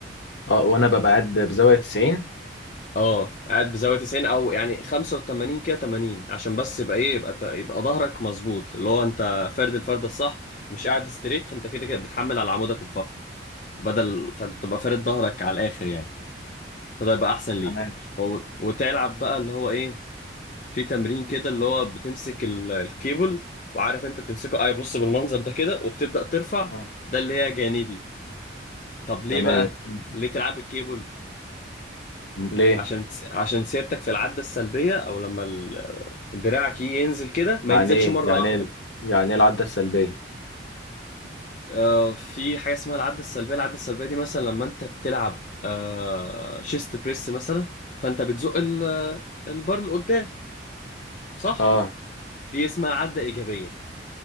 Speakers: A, on the left; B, on the left.
A: اه وانا ببقى قاعد بزاويه 90
B: اه قاعد بزاويه 90 او يعني 85 كده 80 عشان بس يبقى ايه يبقى ت- يبقى ظهرك مظبوط اللي هو انت فرد الفرد الصح مش قاعد ستريت فانت كده كده بتحمل على عمودك الفقري بدل فانت تبقى فارد ظهرك على الاخر يعني فده يبقى احسن ليك
A: تمام
B: و- وتلعب بقى اللي هو ايه في تمرين كده اللي هو بتمسك ال- الكيبل وعارف انت بتمسكه اي بص بالمنظر ده كده وبتبدأ ترفع
A: آه.
B: ده اللي هي جانبي طب ليه
A: تمام
B: بقى
A: م-
B: ليه تلعب الكيبل
A: ليه
B: عشان تس... عشان سيرتك في العدة السلبية او لما ال- دراعك يجي ينزل كده ما
A: يعني
B: ينزلش
A: ايه
B: مرة
A: يعني
B: واحدة
A: ايه يعني ايه العده السلبيه
B: آه في حاجة اسمها العدة السلبية العدة السلبية دي مثلا لما انت بتلعب آه شيست بريس مثلا فانت بتزق ال- البار لقدام صح
A: اه
B: دي اسمها عدة إيجابية